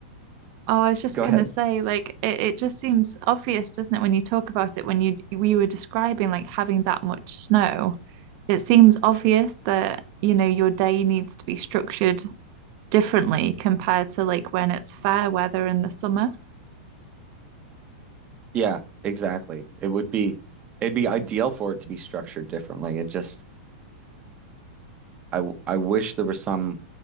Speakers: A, on the right (about 45°); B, on the right (about 25°).
A: oh, I was just
B: go
A: gonna
B: ahead.
A: say, like, it, it just seems obvious, doesn't it, when you talk about it, when you we were describing like having that much snow. it seems obvious that, you know, your day needs to be structured differently compared to like when it's fair weather in the summer.
B: Yeah, exactly. It would be it'd be ideal for it to be structured differently. It just I w- I wish there was some